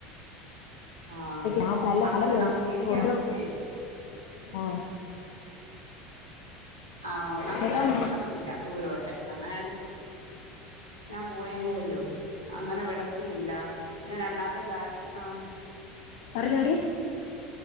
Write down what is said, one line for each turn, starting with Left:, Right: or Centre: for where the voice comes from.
Right: ആ
Left: ഞാൻ നല്ല
Right: അങ്ങനെ
Left: കളറുണ്ട്
Right: നമുക്ക് എനിക്കാണെങ്കിലേ
Left: ഫുഡും ആ
Right: ആ ഒന്നാമത്തെ
Left: കേൾക്കാൻ
Right: കാര്യം വിടത്തില്ല ദൂരോട്ട് അങ്ങന ഞ പോയനേ വല്ലോ അങ്ങനെ വിടത്തു ഇല്ല പിന്നെ രണ്ടാത്തെ കാര് ആ
Left: പറഞ്ഞോടി